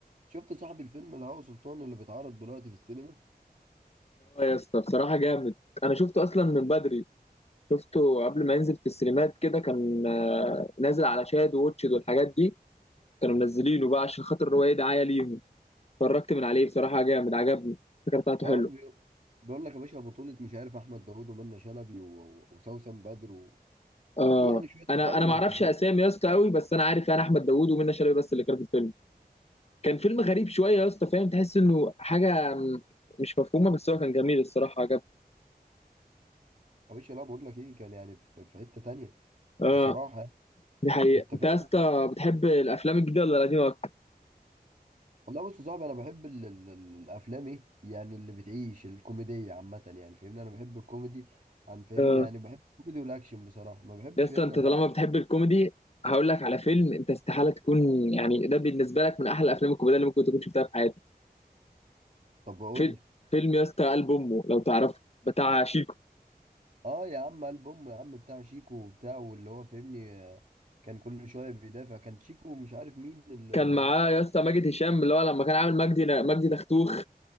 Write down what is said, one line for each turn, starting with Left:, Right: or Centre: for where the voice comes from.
Right: شفت صاحب الفيلم الهوى سلطان اللي بيتعرض دلوقتي في السينما
Left: اه يا اسطى بصراحة جامد أنا شفته أصلا من بدري شفته قبل ما ينزل في السينمات كده كان آه، نازل على شاهد ووتشد والحاجات دي كانوا منزلينه بقى عشان خاطر الرواية دعاية ليهم اتفرجت من عليه بصراحة جامد عجبني الفكرة بتاعته
Right: اه
Left: حلوة
Right: بي- بيقول لك يا باشا بطولة مش عارف احمد داوود ومنة شلبي و- و- وسوسن بدر وفي
Left: آه
Right: يعني شوية
Left: أنا
Right: عتاولة
Left: أنا ما أعرفش
Right: انت فاهم
Left: أسامي يا اسطى أوي بس أنا عارف يعني أحمد داوود ومنى شلبي بس اللي كانوا في الفيلم كان فيلم غريب شوية يا اسطى فاهم تحس إنه حاجة م- مش مفهومة بس هو كان جميل الصراحة عجبني
Right: يا باشا لا بقول لك ايه كان يعني في في حتة تانية
Left: اه
Right: بصراحة يعني.
Left: دي حقيقة
Right: انت فاهم
Left: أنت يا اسطى بتحب الأفلام الجديدة ولا القديمة أكتر؟
Right: والله بص يا صاحبي انا بحب ال ال ال- الافلام ايه يعني اللي بتعيش الكوميدية عامة يعني فاهمني انا بحب الكوميدي عن فاهمني
Left: آه.
Right: يعني بحب الكوميدي والاكشن بصراحة ما بحبش
Left: يا اسطى
Right: فاهمني
Left: انت طالما
Right: حوار
Left: بتحب الكوميدي هقول لك على فيلم انت استحاله تكون يعني ده بالنسبه لك من احلى الافلام الكوميديه اللي ممكن تكون شفتها في حياتك
Right: طب قول
Left: فيلم
Right: لي
Left: فيلم يا اسطى قلب امه لو تعرفه بتاع شيكو
Right: اه يا عم البوم يا عم بتاع شيكو وبتاع واللي هو فاهمني آه، كان كل شويه بيدافع كان شيكو ومش عارف مين ال
Left: كان
Right: ال-
Left: معاه يا اسطى ماجد هشام اللي هو لما كان عامل مجدي مجدي دختوخ